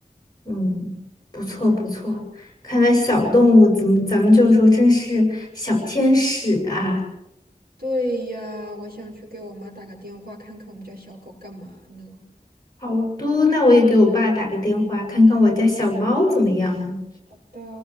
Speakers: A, on the left; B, on the right.
A: 嗯，不错不错，看来小动物怎么咱们就说真是小天使啊。
B: 对呀，我想去给我妈打个电话，看看我们家小狗干嘛呢。
A: 好的，那我也给我爸打个电话，看看我家小猫怎么样。
B: 好的。